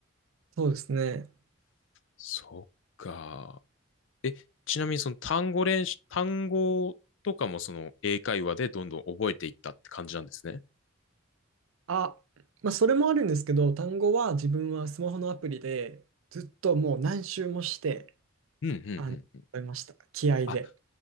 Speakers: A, on the right; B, on the left.
A: そうですね。
B: そっか。え、ちなみにその単語練習、単語とかもその英会話でどんどん覚えていったって感じなんですね。
A: あ、まあそれもあるんですけど、単語は自分はスマホのアプリでずっともう何周もして、
B: うんうんうん。
A: あの、覚えました。気合で。
B: あ、